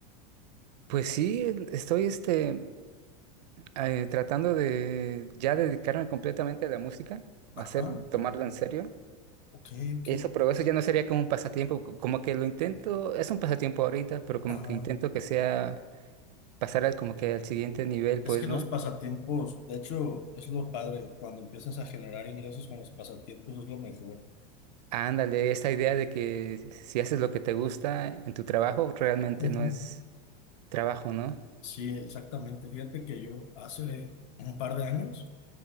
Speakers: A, on the right (about 80°); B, on the left (about 35°).
A: Pues sí, estoy este... eh, tratando de ya dedicarme completamente a la música,
B: Ajá.
A: hacer, tomarlo
B: Oh,
A: en serio.
B: ok, ok.
A: Eso, pero eso ya no sería como un pasatiempo, co- como que lo intento, es un pasatiempo ahorita, pero como
B: Ajá.
A: que intento que sea pasar al como que al siguiente nivel,
B: Es
A: pues,
B: que los
A: ¿no?
B: pasatiempos, de hecho, es lo padre. Cuando empiezas a generar ingresos con los pasatiempos es lo mejor.
A: Ándale, esta idea de que si haces lo que te gusta en tu trabajo, realmente
B: Ujú.
A: no es trabajo, ¿no?
B: Sí, exactamente. Fíjate que yo hace un par de años